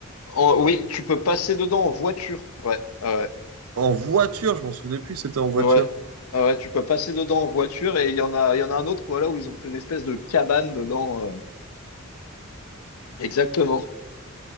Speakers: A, on the left; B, on the right.
A: en- oui, tu peux passer dedans en voiture. Ouais, ouais. ouais.
B: En voiture, je m'en souvenais plus que c'était en voiture.
A: Ouais. Ah ouais, tu peux passer dedans en voiture et il y en a, il y en a un autre, voilà, où ils ont fait une espèce de cabane dedans. euh. Exactement.